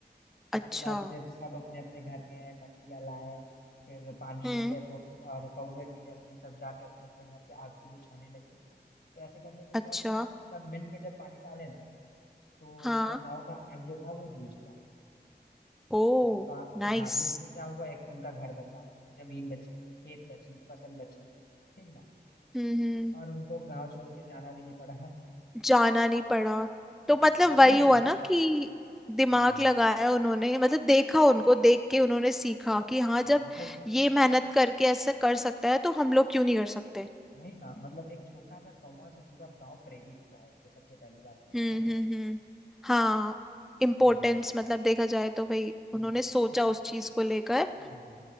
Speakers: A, on the left (about 70°); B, in the centre.
A: उसके
B: अच्छा
A: बाद फिर सब अपने अपने घर गए मटकियाँ लाए फिर पानी
B: हम्म
A: लिए तो और कौवे के जैसे ही सब जाके अपने अपने घर के आग को बुझाने लगे तो ऐसे करने से हुआ
B: अच्छा
A: क्या कि सब मिल के जब पानी डाले ना तो
B: हाँ
A: पूरा गांव का आग जो था वो बुझ गया
B: ओ
A: अब पूरा
B: नाइस
A: हाँ तो इससे क्या हुआ एक तो उनका घर बचा जमीन बची खेत बची फसल बची ठीक ना
B: हम्म हम्म,
A: और उनको गांव छोड़ के जाना भी नहीं पड़ा <laughs>
B: जाना नहीं पड़ा तो
A: हाँ
B: मतलब
A: तो
B: वही
A: देख
B: हुआ
A: रहे हैं
B: ना कि दिमाग
A: हाँ
B: लगाया उन्होंने मतलब देखा उनको देख के उन्होंने सीखा कि हाँ
A: हाँ
B: जब
A: मतलब
B: ये मेहनत करके ऐसे कर सकता है तो हम लोग क्यों नहीं कर सकते
A: वही ना मतलब एक छोटा सा कौवा से पूरा गांव प्रेरित हुआ एक तो सबसे पहली बात ये
B: हम्म
A: है ना
B: हम्म हम्म हाँ इम्पोर्टेंस
A: हम्म
B: मतलब देखा जाए तो भाई
A: हम्म,
B: उन्होंने सोचा
A: इस
B: उस चीज को लेकर
A: हाँ